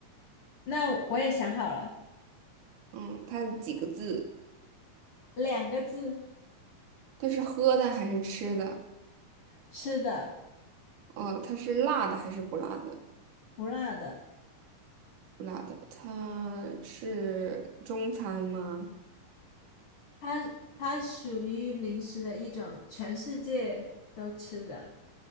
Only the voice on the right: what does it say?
嗯，它几个字？
它是喝的还是吃的？
哦，它是辣的还是不辣的？
不辣的。它是中餐吗？